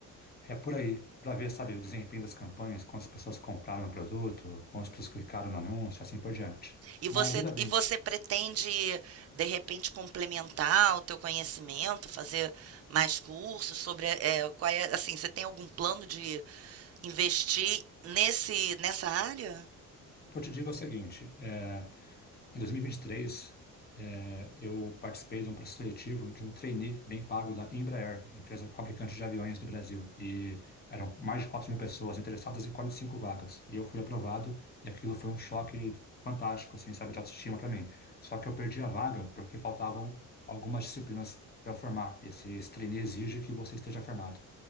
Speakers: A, on the left; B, on the right.
A: É por aí, para ver, sabe, o desempenho das campanhas, quantas pessoas compraram o produto, quantas pessoas clicaram no anúncio, assim por diante.
B: E
A: Mas
B: você,
A: veja bem,
B: e você pretende, de repente, complementar o teu conhecimento, fazer mais cursos sobre, é, qual é, assim, você tem algum plano de investir nesse, nessa área?
A: o que eu te digo é o seguinte. é, Em 2023, eh, eu participei de um processo seletivo de um trainee bem pago da Embraer, empresa fabricante de aviões do Brasil. E eram mais de 4 mil pessoas interessadas e 45 vagas. E eu fui aprovado, e aquilo foi um choque fantástico, assim, sabe, de autoestima para mim. Só que eu perdi a vaga porque faltavam algumas disciplinas para formar. Esse, esse trainee exige que você esteja formado.